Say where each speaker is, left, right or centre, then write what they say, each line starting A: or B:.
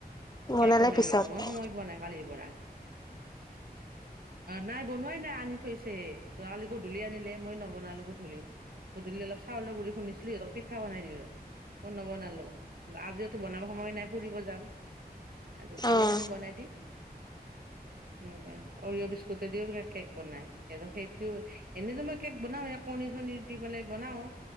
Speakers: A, on the left; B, on the right.
A: বনালে
B: কেক বনাই দিব
A: পিছত
B: লাগে মই সময় পোৱা নাই কালিৰ পৰা। নাই, বনোৱাই নাই আনি থৈছে হে। ছোৱালীকো ধলি আনিলে, মই নবনালো গোধূলি গোধূলি অলপ চাউলৰ গুড়ি খুন্দিছিলোঁ সিহঁতক পিঠা বনাই দিলোঁ। অ নবনালোঁ। আজিও টো বনাব সময় নাই ফুৰিব যাম। আৰু কাইলৈ
A: অ
B: মানি বনাই দিম, সেনেকে অৰিঅ' বিস্কুট তোতেদিও কেক বনায়। এ ত সেইটো এনেইতো মই কেক বনায়ে কণী, চেনি দি পেলাই বনাওঁ।